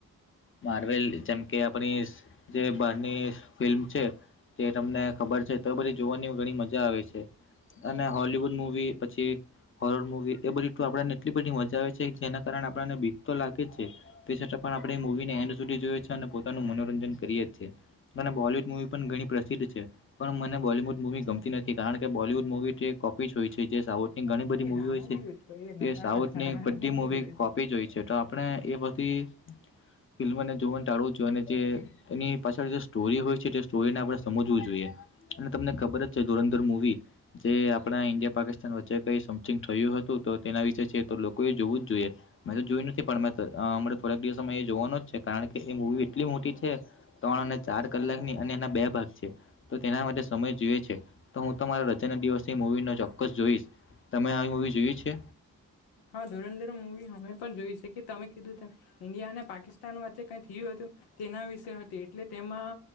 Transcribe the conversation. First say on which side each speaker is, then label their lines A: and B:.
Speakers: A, on the left; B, on the left.
A: માર્વેલ જેમ કે આપણી જે બહારની ફિલ્મ છે. તે તમને ખબર છે તો બધી જોવાની ઘણી મજા આવે છે. અને હોલવુડ મૂવી પછી હોરર મુવી એ બધી આપડને એટલી બધી મજા આવે છે જેના કારણે આપડાને બીક તો લાગે છે. તે છતા પણ આપણે મુવીને એન્ડ સુધી જોય છે. અને પોતાનું મનોરંજન કરી જ છે. અને બોલીવુડ મૂવી પણ ઘણી પ્રસિદ્ધ છે. પણ મને બોલીવૂડ મૂવી ગમતી નથી. કારણ કે બોલીવુડ મૂવીથી કોપી જ હોય છે જે સાવ ની ઘણી બધી
B: એ
A: મૂવી
B: રાણા
A: હોય છે
B: બી હતો એ
A: તે
B: ના રાણા
A: સાઉથની
B: રાણા
A: બધી
B: નંબર બી
A: મુવી
B: લીધો તે
A: કોપી જ હોય છે. તો આપણે એ વસ્તુ ઈ ફિલ્મને જોવાન ટાળું છું. અને જે એની પાછળ જે સ્ટોરી હોય છે તે સ્ટોરીને આપડે સમજવું જો જોઈએ અને તમને ખબર જ છે. ધુરંધર મૂવી જે આપણા ઈન્ડિયા પાકિસ્તાન વચ્ચે કઈ સમથિંગ થયું હતું. તો તેના વિશે તો લોકો એ જોવું જ જોઈએ. મેં તો જોયું નથી પણ મે તો અ અમણા થોડાક દિવસોમાં જોવાનું જ છે. કારણ કે એ મૂવી એટલી મોટી છે, ત્રણ અને ચાર કલાકની અને એના બે ભાગ છે. તો તેના માટે સમય જોઈએ છે. તો હું મારા રજાના દિવસની મૂવી ન ચોક્કસ જોઈશ. તમે આવી મૂવી જોઈ છે?
B: હા, ધુરંધર મૂવી અમે પણ જોઈ છે કે તમે કીધું તે ઈન્ડિયા અને પાકિસ્તાન વચ્ચે કઈ થયું હતું તેના વિશે હતી. એટલે તેમાં